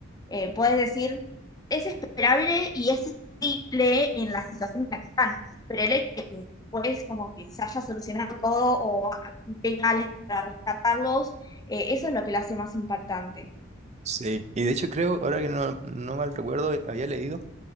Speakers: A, on the left; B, on the right.
A: eh, puedes decir, es esperable y es simple en la situación en la que están. Pero el hecho de que después como que se haya solucionado todo o venga alguien para rescatarlos, eh, eso es lo que lo hace más impactante.
B: Sí, y de hecho creo, ahora que no, no mal recuerdo, había leído